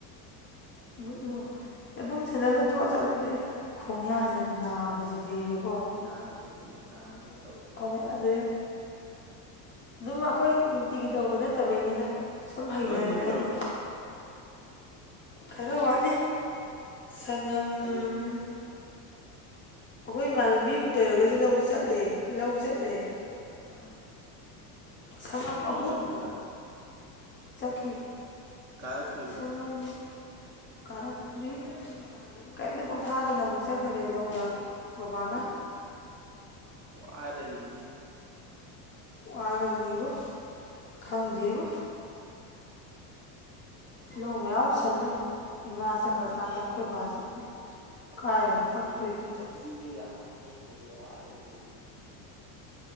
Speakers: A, on the left; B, on the right.
A: ꯕꯨꯠꯂꯨ ꯑꯗꯨꯝ ꯁꯦꯟꯗꯟ ꯂꯧꯊꯣꯛꯑ ꯆꯠꯂꯗꯤ ꯈꯣꯡꯌꯥꯁꯦ ꯅꯥꯕꯁꯤꯗꯤꯕꯀꯣ
B: ꯅꯥꯗꯗꯤ ꯅꯍꯥꯟꯒꯩ
A: ꯈꯣꯡꯉꯦ ꯑꯗꯩ ꯑꯗꯨꯝ ꯑꯩꯈꯣꯏ ꯅꯨꯡꯇꯤꯒꯤ ꯇꯧꯕ ꯅꯠꯇꯕꯩꯅꯤꯗ ꯁꯨꯝ ꯍꯩꯅꯔꯛꯀꯅꯤ
B: ꯂꯣꯏ ꯍꯨꯟꯈ꯭ꯔꯕꯣ
A: ꯈꯔ ꯋꯥꯠꯂꯤ ꯁꯪꯉꯝ
B: ꯍꯌꯦꯡ
A: ꯎꯝ ꯑꯩꯈꯣꯏ ꯏꯃꯥꯜ ꯃꯤ ꯄꯨꯊꯔꯒꯁꯨ ꯂꯧꯕ ꯆꯠꯂꯦ ꯂꯧ ꯆꯠꯂꯦ
B: ꯑ
A: ꯁꯉꯝ ꯑꯍꯨꯝ
B: ꯆꯠꯈꯤꯕ
A: ꯆꯠꯈꯤ
B: ꯀꯥꯔꯛꯇ꯭ꯔꯤꯕꯣ
A: ꯁꯒꯝ ꯀꯥꯔꯛꯇ꯭ꯔꯤ ꯀꯩꯝꯇ ꯄꯣꯊꯥꯗꯅ ꯑꯃꯨꯛ ꯆꯠꯈꯔꯦ ꯂꯧꯗ ꯕꯕꯥꯒ
B: ꯋꯥꯔꯅꯤꯌꯦ
A: ꯋꯥꯔꯅꯤꯕꯨꯨ ꯈꯪꯗꯦꯕꯨ ꯂꯧ ꯃꯌꯥ
B: ꯑꯩꯈꯣꯏꯗ
A: ꯈꯜꯂꯦ ꯏꯃꯥ ꯆꯠꯈ꯭ꯔꯀꯥꯟꯗ
B: ꯑꯗꯨꯅꯦ
A: ꯑꯩꯈꯣꯏ ꯕꯥꯁꯨ ꯎ
B: ꯄꯄꯥꯗꯣ
A: ꯀꯥꯏ ꯑꯃꯨꯛ
B: ꯍꯌꯦꯡ
A: ꯇꯛꯇꯣꯏꯅꯤ
B: ꯆꯍꯤꯗꯨ ꯌꯥꯝꯃꯅꯦ ꯍꯌꯦꯡ ꯋꯥꯅꯤꯌꯦ